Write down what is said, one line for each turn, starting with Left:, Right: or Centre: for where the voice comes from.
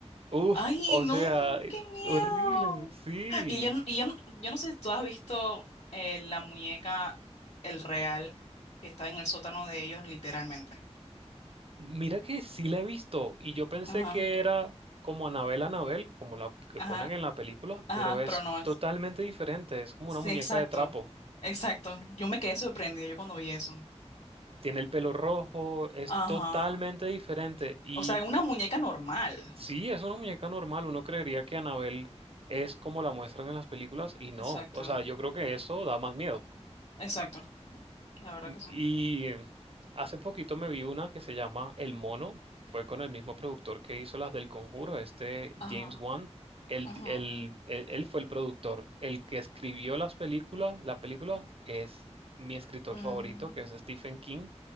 Right: uff,
Left: Ay,
Right: o
Left: no,
Right: sea,
Left: qué miedo.
Right: horrible, sí.
Left: Y yo, n- y yo, n- yo no sé si tú has visto eh, la muñeca, el real, que está en el sótano de ellos, literalmente.
Right: Mira que sí la he visto y yo pensé
Left: Ajá,
Right: que era como Anabel Anabel, como la que
Left: ajá,
Right: ponen en la película,
Left: ajá,
Right: pero es
Left: pero no es.
Right: totalmente diferente, es como
Left: Sí,
Right: una muñeca
Left: exacto,
Right: de trapo.
Left: exacto. Yo me quedé sorprendida yo cuando vi eso.
Right: Tiene el pelo rojo, es
Left: Ajá.
Right: totalmente diferente y
Left: O sea, una muñeca normal.
Right: sí, es una muñeca normal, uno creería que Anabel es como la muestran en las películas y no,
Left: Exacto,
Right: o sea, yo creo que eso da más miedo.
Left: exacto. La verdad
Right: Mm,
Left: que sí.
Right: Y eh, hace poquito me vi una que se llama El Mono. Fue con el mismo productor que hizo las del Conjuro, este
Left: Ajá,
Right: James Wan. Él,
Left: ajá.
Right: di- él- él- él fue el productor. El que escribió las películas, la película es mi escritor
Left: Mm,
Right: favorito, que es Stephen King.